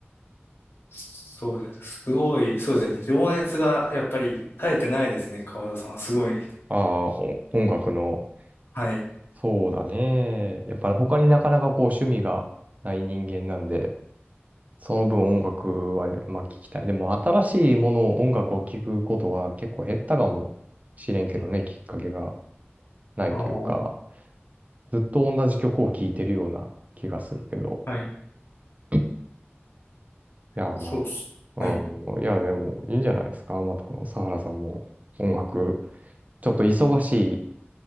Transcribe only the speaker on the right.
ああ、お音楽の、
そうだね。やっぱり他になかなかこう趣味がない人間なんで、その分音楽はまあ聞きたい。でも新しいものを音楽を聞くことが結構減ったかもしれんけどね、きっかけがないというか、
ずっと同じ曲を聴いてるような気がするけど。
いや、ま
あ、
うん、いや、でもいいんじゃないですか。またあの、サハラさんも音楽、ちょっと忙しい